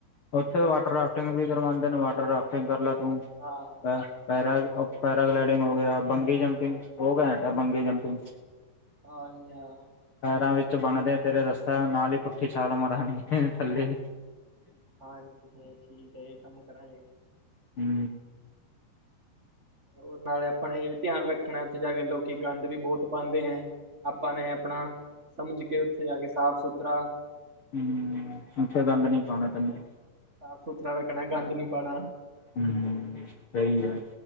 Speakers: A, on the left; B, on the right.
A: ਉੱਥੇ ਵਾਟਰ ਰਾਫਟਿੰਗ ਵੀ ਕਰਵਾਉਂਦੇ ਨੇ, ਵਾਟਰ ਰਾਫਟਿੰਗ ਕਰ ਲੈ ਤੂੰ।
B: ਹਾਂ
A: ਪੈਰਾ - ਪੈਰਾਗਲਾਈਡਿੰਗ ਹੋ ਗਿਆ, ਬੰਗੀ ਜੰਪਿੰਗ ਹੋ ਗਿਆ, ਬੰਗੀ ਜੰਪਿੰਗ
B: ਹਾਂਜੀ, ਹਾਂ।
A: ਪੈਰਾਂ ਵਿੱਚ ਬਣਦੇ ਤੇਰੇ ਰਸਤਾ, ਨਾਲ ਹੀ ਪੁੱਠੀ ਛਾਲ ਮਾਰਾਂਗੇ ਥੱਲੇ।
B: ਹਾਂਜੀ ਹ ਠੀਕ ਹੈਜੀ, ਇਹ ਕੰਮ ਕਰਾਂਗੇ।
A: ਹੰ।
B: ਓ ਨਾਲੇ ਆਪਣਾ ਇਹ ਵੀ ਧਿਆਨ ਰੱਖਣਾ ਉੱਥੇ ਜਾ ਕੇ ਲੋਕੀ ਗੰਦ ਵੀ ਬਹੁਤ ਪਾਦੇ ਹੈ। ਆਪਾਂ ਨੇ ਆਪਣਾ ਸਮਜ ਕੇ ਉੱਥੇ ਜਾ ਕੇ ਸਾਫ਼ ਸੁਥਰਾ
A: ਹੂੰ ਓਥੇ ਗੰਦ ਨਈ ਪਾਨਾ ਤਨੇ।
B: ਸਾਫ-ਸੁਥਰਾ ਰੱਖਣਾ ਗੰਦ ਨੀ ਪਾਣਾ।
A: ਹੂੰ ਸਈ ਐ।